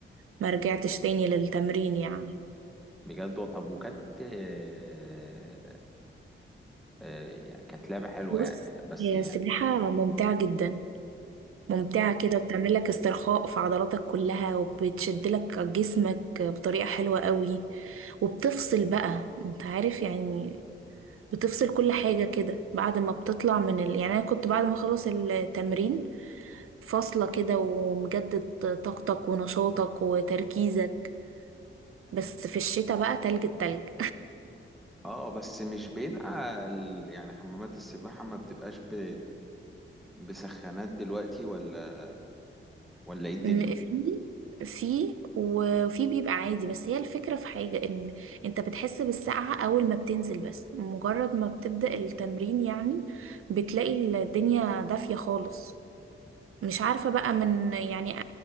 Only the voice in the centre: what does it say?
بجد و- طب وكانت آه، آه، يعني كانت لعبة حلوة
يعني بس
يعني
اه
اه بس مش بيبقى ال- يعني حمامات السباحة ما بتبقاش ب... بسخانات دلوقتي ولا ولا ايه الدنيا